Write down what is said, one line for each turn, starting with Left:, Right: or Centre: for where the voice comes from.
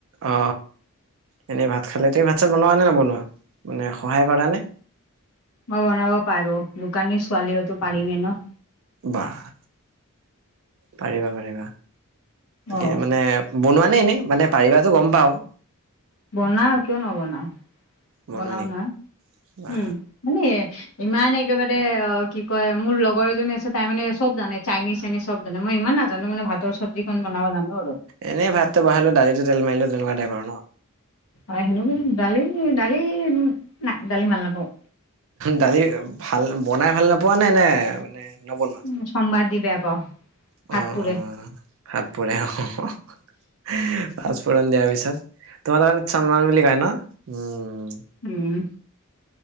Right: অ এনেই ভাত খালে, তই ভাত চাত বনোৱা নে নবনোৱা, মানে সহায় কৰা নে?
Left: মই বনাব পাৰো দোকানীৰ ছোৱালী হৈ ত পাৰিমে ন।
Right: বাহ' পাৰিবা পাৰিবা
Left: অ
Right: দে মানে বনোৱা নে এনে? মানে পাৰিবাটো গম পাওঁ।
Left: বনাও কিয় নবনাও,
Right: বনোৱা
Left: বনাও
Right: নেকি
Left: না
Right: বা
Left: হম' মানে ইমান একেবাৰে অ' কি কয় মোৰ লগৰ এজনী আছে, তাই মানে চব জানে চাইনিজ চাইনিজ। চব জানে, মই ইমান নাজানো মানে ভাত আৰু চব্জিকণ বনাব জানো আৰু।
Right: এনে ভাতটো বহালো, দালিটো তেল মাৰিলো, তেনেকুৱা টাইপ আৰু ন।
Left: হয়' সেনেকুৱাই দালি দালি, উম নাহ দালি ভাল নাপাওঁ।
Right: দালি ভাল, বনাই ভাল নপোৱা নে নে মানে নবনোৱা
Left: উম' সোমবাৰ দি বেয়া পাওঁ,
Right: অঁ
Left: হাত পুৰে।
Right: অঁ হাত পুৰে। <unintelligible> পাচপূৰণ দিয়া পিছত, তোমালোকৰ তাত চম্বাৰ বুলি কয় ন, উম'
Left: উম।